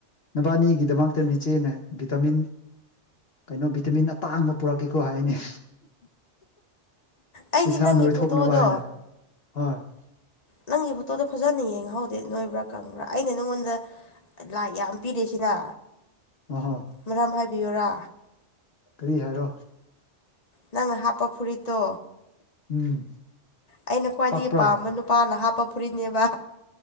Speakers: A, on the left; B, on the left.
A: ꯅꯕꯥꯅꯤꯒꯤꯗꯃꯛꯇꯅꯦ ꯏꯆꯦꯅ ꯚꯤꯇꯥꯃꯤꯟ ꯀꯩꯅꯣ ꯚꯤꯇꯥꯃꯤꯟ ꯑꯇꯥꯡꯕ ꯄꯨꯔꯛꯀꯦꯀꯣ ꯍꯥꯏꯅꯦ
B: ꯑꯩꯗꯤ
A: ꯏꯁꯥ
B: ꯅꯪꯒꯤ
A: ꯅꯣꯏ
B: ꯐꯣꯇꯣꯗꯣ
A: ꯊꯣꯛꯅꯕ ꯍꯥꯏꯅ ꯍꯣꯏ
B: ꯅꯪꯒꯤ ꯐꯣꯇꯣꯗꯣ ꯐꯖꯅ ꯌꯦꯡꯍꯧꯗꯦ ꯅꯣꯏꯕ꯭ꯔꯥ ꯀꯪꯕ꯭ꯔꯥ ꯑꯩꯅ ꯅꯪꯉꯣꯟꯗ ꯂꯥꯏ ꯌꯥꯝ ꯄꯤꯔꯤꯁꯤꯅ
A: ꯑꯍꯣ
B: ꯃꯔꯝ ꯍꯥꯏꯕꯤꯌꯨꯔꯥ
A: ꯀꯔꯤ ꯍꯥꯏꯔꯣ
B: ꯅꯪꯅ ꯍꯥꯞꯄ ꯐꯨꯔꯤꯠꯇꯣ
A: ꯎꯝ
B: ꯑꯩꯅ ꯈ꯭ꯋꯥꯏꯗꯒꯤ
A: ꯄꯥꯛꯄ꯭ꯔꯥ
B: ꯄꯥꯝꯕ ꯅꯨꯄꯥꯅ ꯍꯥꯞꯄ ꯐꯨꯔꯤꯅꯦꯕ